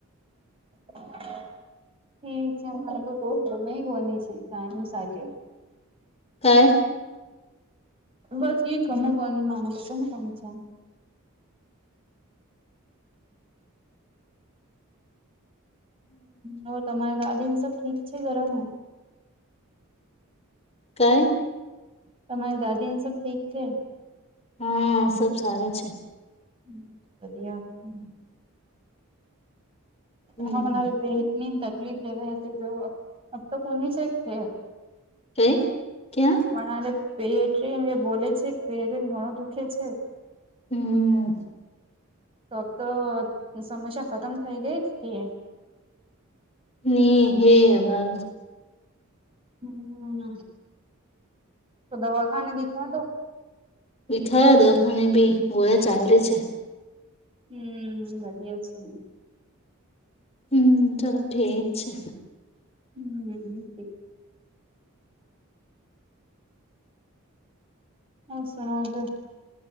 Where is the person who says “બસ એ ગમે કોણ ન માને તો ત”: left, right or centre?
Right